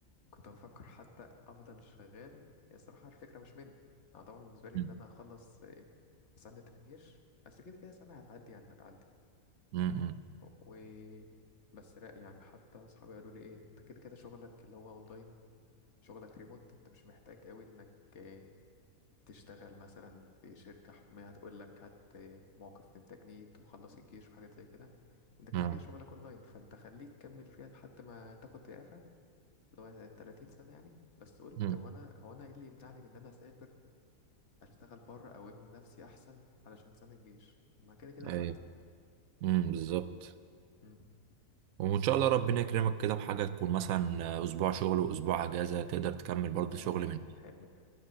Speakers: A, on the left (about 55°); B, on the right (about 90°).
A: كنت بفكر حتى افضل شغال هي صراحه الفكره مش مني انا طبعا بالنسبه لي
B: م-
A: ان انا اخلص آه، سنه الجيش بس كده كده سنه هتعدي يعني هتعدي
B: م- م-
A: و بس لا يعني حتى اصحابي قالوا لي ايه انت كده كده شغلك اللي هو اونلاين شغلك ريموت انت مش محتاج قوي انك آه، تشتغل مثلا في شركه حكوميه هتقول لك هات آه، موقف من تجنيد وخلص الجيش وحاجات زي كده انت كده
B: م-
A: كده شغلك اونلاين فانت خليك كمل فيها لحد ما تاخد اعفاء اللي هو 30 سنة يعني بس قلت
B: م.
A: هو أنا هو أنا إيه اللي يمنعني من إن أنا أسافر أشتغل بره أو أبني نفسي أحسن علشان سنة الجيش ما كده كده هتعدي
B: ايوه امم بالظبط
A: مم.
B: وان شاء الله ربنا يكرمك كده بحاجه تكون مثلا اسبوع شغل واسبوع اجازه تقدر تكمل برضه
A: يا
B: شغل من
A: حلم ده